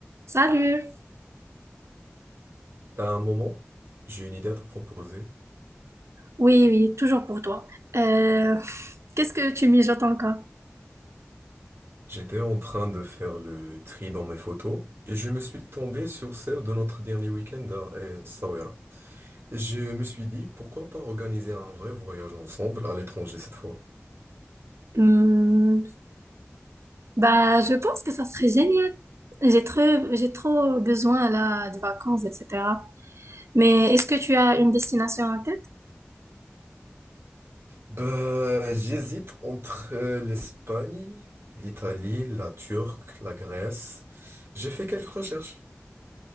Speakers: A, on the right; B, on the right.
A: Salut!
B: À un moment, j'ai une idée à te proposer.
A: Oui, oui, toujours pour toi. Euh, qu'est-ce que tu mijotes encore?
B: J'étais en train de faire le tri dans mes photos et je me suis tombé sur celle de notre dernier week-end à euh, Essaouira. Et Je me suis dit, pourquoi pas organiser un vrai voyage ensemble à l'étranger cette fois?
A: Hmm, bah, je pense que ça serait génial. J'ai trop, j'ai trop besoin là de vacances, etc. Mais est-ce que tu as une destination en tête?
B: Bah, j'hésite entre euh, l'Espagne, l'Italie, la Turquie, la Grèce. J'ai fait quelques recherches.